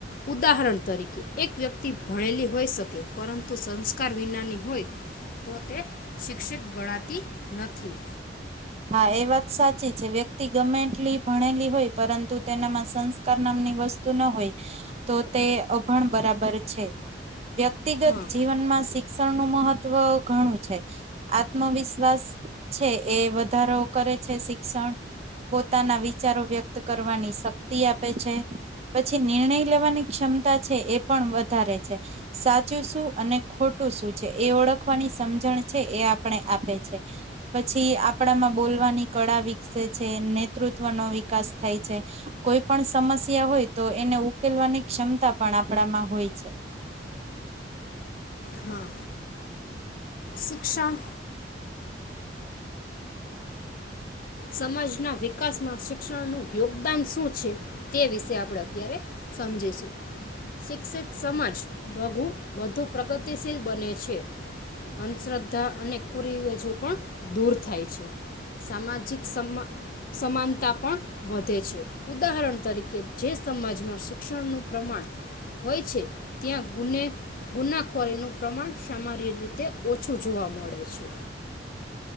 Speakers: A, on the left; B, on the right.
A: ઉદાહરણ તરીકે એક વ્યક્તિ ભણેલી હોઈ શકે પરંતુ સંસ્કાર વિનાની હોય તો તે શિક્ષિત ગણાતી નથી
B: હા એ વાત સાચી છે વ્યક્તિ ગમેટલી ભણેલી હોય પરંતુ તેનામાં સંસ્કાર નામની વસ્તુ ન હોય તો તે અભણ બરાબર છે વ્યક્તિગત
A: હા
B: જીવનમાં શિક્ષ શિક્ષા નું મહત્વ ઘણું છે આત્મવિશ્વાસ છે એ વધારો કરે છે શિક્ષણ પોતાના વિચારો વ્યક્ત કરવાની શક્તિ આપે છે. પછી નિર્ણય લેવાની ક્ષમતા છે એ પણ વધારે છે. ‌સાચું શું અને ખોટું શું છે એ ઓળખવાની સમજણ છે એ આપણે આપે છે. પછી, આપણામાં બોલવાની કળા વિકસે છે. નેતૃત્વનો વિકાસ થાય છે. કોઈ પણ સમસ્યા હોય તો એને ઉકેલવાની ક્ષમતા પણ આપણામાં હોય છે.
A: હા શિક્ષણ સમાજના વિકાસમાં શિક્ષણનું યોગદાન શું છે તે વિશે આપણે અત્યારે સમજીશું. શિક્ષિત સમાજઘુ વધુ પ્રગતિશીલ બને છે. અંધશ્રદ્ધા અને કુ રીવાજો પણ દૂર થાય છે. માજ માજિક સમાનતા પણ વધે છે. ઉદાહરણ તરીકે જે સમાજમાં શિક્ષણનું પ્રમાણ હોય છે, ત્યાં ગુને ગુનાખોરીનું પ્રમાણ સામાન્ય રીતે ઓછું જોવા મળે છે.